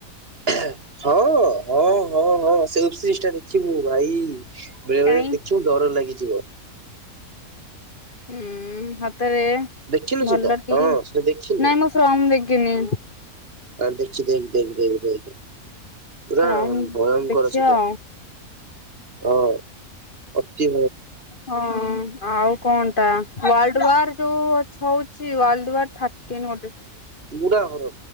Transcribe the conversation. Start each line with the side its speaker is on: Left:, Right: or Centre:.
Right: <unintelligible> ହଁ ହଁ ହଁ ହଁ <unintelligible> ଦେଖିବୁ ଭାଇ। ବେଳେ ବେଳେ
Left: କାଇଁ
Right: ଦେଖିବୁ ଡର ଲାଗିଯିବ।
Left: ଉଁ ହାତରେ
Right: ଦେଖିନୁ
Left: ଭଲଟି
Right: ସେଇଟା ହଁ ସେଟା ଦେଖିନୁ
Left: ନାଇଁ ମୁଁ ଶ୍ରମ ଦେଖିନି।
Right: ନା ଦେଖଖଛି ଦେଖ ଦେଖ ଦେଖ ଦେଖ ନା
Left: ଫ୍ରମ
Right: ଭୟଙ୍କକର
Left: ଦେଖିବା
Right: ସେଟା।
Left: ଆଉ।
Right: ହଁ ତି।
Left: ହଁ ଆଉ କଣ ଟା ୱାଲ୍ଡୱାର ଯୋଉ ହଉଛି ୱାର୍ଲଡ ୱାର୍ ଥାର୍ଟିନ୍ ଗୋଟେ
Right: ବୁଡା ଘର